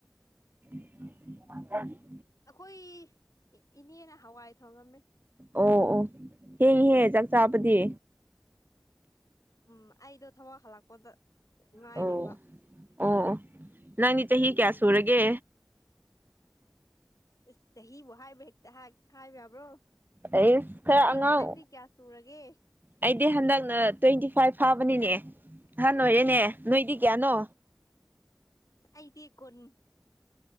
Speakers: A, on the right; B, on the left.
A: ꯎ
B: ꯑꯩꯈꯣꯏ ꯏꯅꯦꯅ ꯍꯋꯥꯏ ꯊꯣꯡꯉꯝꯃꯦ
A: ꯑꯣ ꯑꯣ ꯍꯦꯡꯍꯦꯦ ꯆꯥꯛ ꯆꯥꯕꯗꯤ
B: ꯎꯝ ꯑꯩꯗꯣ ꯊꯕꯛ ꯍꯜꯂꯛꯄꯗ ꯉꯥꯏꯔꯤꯕ
A: ꯑꯣ ꯑꯣ ꯑꯣ ꯅꯪꯗꯤ ꯆꯍꯤ ꯀꯌꯥ ꯁꯨꯔꯒꯦ
B: ꯑꯁ ꯆꯍꯤꯕꯨ ꯍꯥꯏꯕ ꯍꯦꯛꯇ ꯍꯥꯏꯕ ꯌꯥꯕ꯭ꯔꯣ
A: ꯑꯩ ꯈꯔ
B: ꯅꯪꯗꯤ
A: ꯑꯉꯥꯡ
B: ꯅꯪꯗꯤ ꯀꯌꯥ ꯁꯨꯔꯒꯦ
A: ꯑꯩꯗꯤ ꯍꯟꯗꯛꯅ ꯇ꯭ꯋꯦꯟꯇꯤ ꯐꯥꯏꯚ ꯐꯥꯕ ꯕꯅꯤꯅꯦ ꯑꯍꯥꯟ ꯅ ꯑꯣꯏꯔꯦꯅꯦ ꯅꯣꯏꯗꯤ ꯀꯌꯥꯅꯣ
B: ꯑꯩꯗꯤ ꯀꯅ